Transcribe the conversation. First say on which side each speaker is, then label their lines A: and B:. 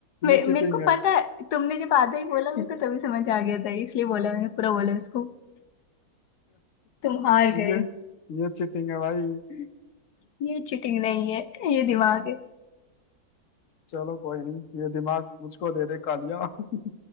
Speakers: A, on the left (about 80°); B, on the left (about 55°).
A: मे,
B: ये चीटिंग
A: मेरे को
B: है
A: पता है तुमने जब आधा ही बोला
B: <laughs>
A: मेरे को तभी समझ आ गया था इसलिए बोला मैंने पूरा बोला उसको तुम हार
B: ये
A: गए
B: ये चीटिंग है भाई
A: ये चीटिंग नहीं है ये दिमाग है
B: चलो कोई नहीं ये दिमाग मुझको दे दे कालिया <laughs>